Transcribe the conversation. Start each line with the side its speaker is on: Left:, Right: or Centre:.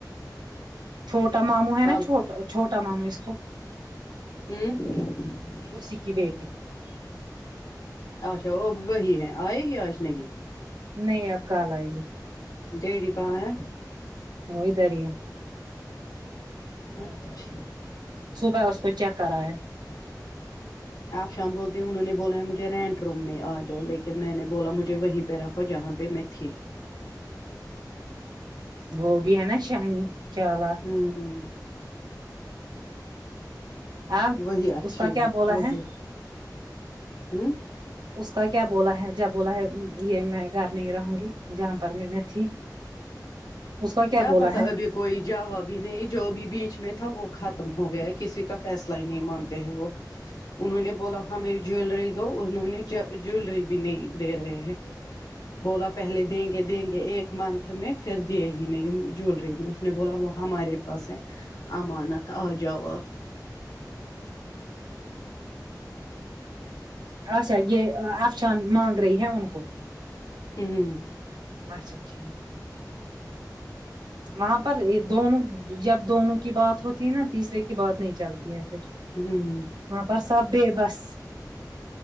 Right: چھوٹا ماموں ہے
Left: کل
Right: نا چھوٹا چھوٹا ماموں اس کو
Left: ہوں
Right: اسی کی بیٹی
Left: اچھا وہ وہی ہے آئے گی آج نہیں
Right: نہیں آپ کال آئیے
Left: ڈیٹے کہا ہے
Right: ہوئی تاری ہے
Left: اچھ
Right: صبح اس کو چیک کرا ہے
Left: آفشان بولتے ہیں انہوں نے بولا ہے مجھے رینٹ روم میں آ جاؤ لیکن میں نے بولا مجھے وہیں پہ رکھو جہاں پہ میں تھی
Right: وہ بھی ہے نا شانی چالا
Left: ہوں
Right: آب
Left: وہی اچھی
Right: اس کا کیا بولا
Left: وہی
Right: ہے
Left: ہوں
Right: اس کا کیا بولا ہے جب بولا ہے یہ میں گھر میں ہی رہوں گی جہاں پر میں میں تھی اس کا
Left: کیا
Right: بولا
Left: پتا
Right: ہے
Left: ابھی کوئی جہ بھی نہیں جو بھی بیچ میں تھا وہ ختم ہو گیا ہے کسی کا فیصلہ ہی نہیں مانتے ہیں وہ انہوں نے بولا ہمیں جویلری دو انوںیں جویلری بھی نہیں دے رہے ہیں بولا پہلے دیں گے دیں گے ایک منت میں پھر دے نہیں جولری میں اس نے بولا وہ ہمارے پاس ہے امانت آ جاو
Right: اچھا یہ افشان مانگ رہی ہے ان کو
Left: ہوں
Right: اچھا ٹھیک وہاں پر دونوں جب دونوں کی بات ہوتی ہے نا تیسرے کی بات نہیں چلتی ہے پھر
Left: ہوں
Right: ہاں پر سب بھی بس